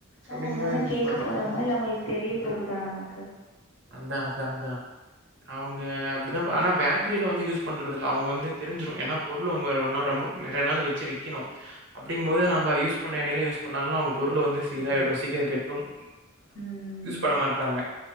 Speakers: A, on the left; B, on the right.
A: அ
B: அப்டிங்கும்போது
A: நம்ம என்ன
B: இவங்க
A: கேக்க
B: பாத்துட்டு
A: போறோமா இல்ல உங்களுக்கு தெரிய போகுதா நமக்கு
B: அதா அதா அதா அவுங்க அப்படிதா ஆனா பேக்கரில வந்து யூஸ் பண்றதில்ல அவுங்க வந்து தெரிஞ்சிடு ஏனா பொருள் உங்க ஒனனா ரொம்ப நெறய நாள் வச்சு விக்கணு அப்டிங்கும் போது நம்ப யூஸ் பண்ண எண்ணைலயே யூஸ் பண்ணாங்கனா அவுங்க பொருள் வந்து இதாடுயு
A: ஆமா.
B: சீக்கிரோ கெட்ரும்
A: ம்.
B: பண்ண மாட்றாங்க